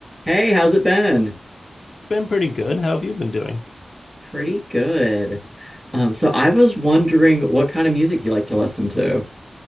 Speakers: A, in the centre; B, on the left.
A: Hey, how's it been?
B: It's been pretty good. How have you been doing?
A: Pretty good. Um, so I was wondering what kind of music you like to listen to.